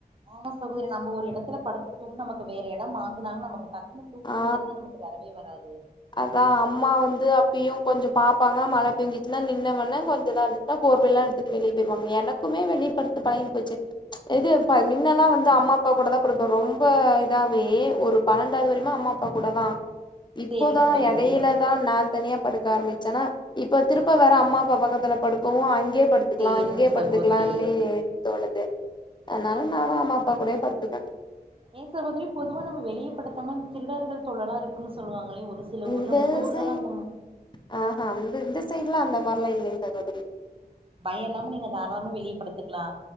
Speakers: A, on the right; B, on the left.
A: ஆமா சகோதரி நம்ம ஒரு எடத்துல படுத்து தூங்கு நமக்கு வேற எடம் மா த்துனா நமக்கு டக்குனு தூக்கங்கரது
B: ஆ
A: நமக்கு வரவே வராது
B: அதா அம்மா வந்து அப்பயூ கொஞ்சோ பாப்பாங்க மழ பேஞ்சுச்சுன்னா நின்னவண்ண கொஞ்ச இதா <unintelligible> த போர்வைலா எடுத்துட்டு வெளிய போயிறுவாங்க எனக்குமே வெளியப்படுத்து பழங்கி போச்சு இது ப மின்னல்லா வந்து அம்மா அப்பா கூடதா படுப்ப ரொம்ப இதாவே ஒரு பன்னண்டாவது வரயுமே அம்மா அப்பா கூட தா இப்போதா
A: சேரிங்க சகோதரி
B: எடையில தா நா தனியா படுக்க ஆரம்பிச்சனா இப்ப திருப்ப வேற அம்மா அப்பா பக்கத்துல படுப்பவூ அங்கே படுத்து த்துகலா
A: சேரிங்க
B: இங்கயே படுத்துக்கலானே
A: சகோதரி
B: தோணுது அதனால நானு அம்மா அப்பா கூடயே படுத்துப்ப
A: ஏ சகோதரி பொதுவா நம்ம வெளியப்படுத்தம்னா திருடர்கள் தொல்லளா இருக்குனு சொல்லுவாங்களே ஒரு சி சில
B: இந்த
A: ஊர்ல உங்க ஊர்லலா
B: சைடு
A: அந்தமா
B: ஆஹா அந்த இந்த சைட்லா அந்த மார்லா இல்லைங்க சகோதரி
A: பயோயில்லாம நீங்க தாராளமா வெளிய படுத்துக்கலா